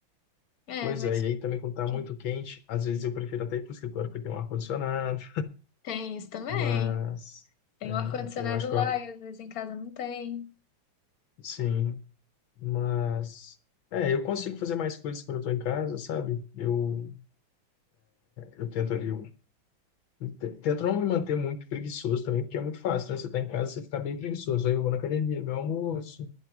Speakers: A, on the left; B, on the left.
A: É,
B: Pois
A: mas
B: é, e aí também quando tá
A: que-
B: muito quente, às vezes eu prefiro até ir pro escritório porque tem um ar-condicionado,
A: tem isso também.
B: mas
A: Tem
B: é,
A: o ar-condicionado
B: eu acho que,
A: lá
B: eu-
A: e às vezes em casa não tem.
B: sim, Mas, é, eu consigo fazer mais coisas quando eu tô em casa, sabe? Eu, eu tento ali, eu, eu te- tento não me manter muito preguiçoso também, porque é muito fácil, né? Você tá em casa, você fica bem preguiçoso. Aí eu vou na academia, meu almoço,